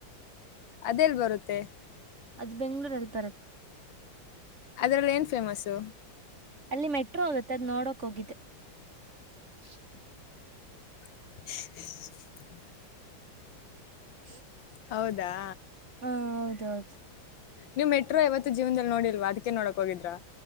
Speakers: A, on the left (about 75°); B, on the right (about 35°).
A: ಅದೆೇಲ್ ಬರುತ್ತೆ
B: ಅದು ಬೆಂಗಳೂರಲ್ಲಿ ಬರತ್
A: ಅದರಲ್ಲಿ ಏನು ಫೇಮಸ್ಸು
B: ಅಲ್ಲಿ ಮೆಟ್ರೋ ಹೊಗತ್ತ ಅದ್ ನೋಡಕ್ ಹೋಗಿದ್ದ್ <inaudible>
A: <inaudible>
B: <inaudible>
A: ಹೌದಾ
B: ಹಾಂ ಹೌದೌದು
A: ನೀವ್ ಮೆಟ್ರೋ ಯವತ್ತು ಜೀವನದಲ್ಲಿ ನೋಡಿಲ್ವಾ ಅದಕ್ಕೆ ನೋಡಕ್ ಹೋಗಿದ್ರಾ